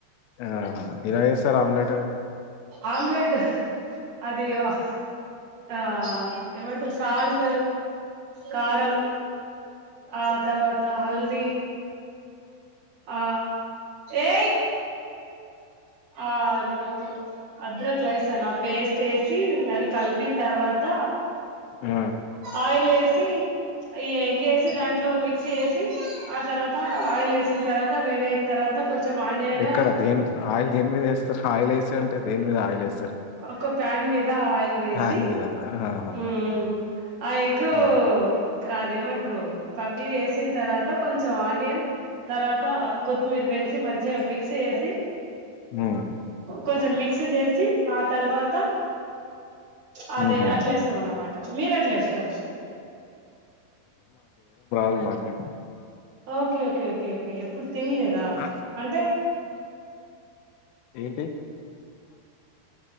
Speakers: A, on the left (about 85°); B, on the right (about 55°).
A: ఆ ఎలా చేస్తార్ ఆమ్లెట్
B: ఆమ్లెట్ అది ఆ ఆ ఏమంటరు సాల్ట్, కారం. ఆ తర్వాత హల్ది ఆ ఏయ్ ఆ అదేమంటరు అధ్రక్ క్లెయిసన్ ఆ పేస్ట్ ఏసి అది కలిపిన తర్వాత
A: ఆ
B: ఆయిల్ ఏసి ఈ ఎగ్ ఏసి దాంట్లో మిక్ మిక్సి చేసి ఆ తర్వాత ఆయిల్ వేసిన తర్వాత వేడయిన తర్వాత కొంచెం ఆనియన్
A: ఎక్కడ దేని ఆయిల్ దేని మీద ఏస్తారు, ఆయిల్ ఏసి అంటే దేని మీద ఆయిల్ ఏస్త
B: ఒక ప్యాన్ మీద ఆయిల్ వేసి
A: ఫ్యాన్ మీదనా ఆహా
B: ఉమ్ ఆ ఎగ్
A: ఉమ్
B: కా ఏమంటారు పగలి ఏసిన తర్వాత కొంచెం ఆనియన్, తర్వాత కొత్తిమీర వేసి మంచిగా మిక్స్ చేసి
A: ఉమ్
B: కొంచెం మిక్స్ చేసి ఆ తర్వాత అదే
A: ఉహు
B: అట్లేస్తమన్నమాట మీరేట్లేస్తరు.
A: మాట్లాడు
B: ఓకే ఓకే ఓకే ఓకే ఎప్పుడు తిన్లేదా
A: ఆ,
B: అంటే
A: ఏంటి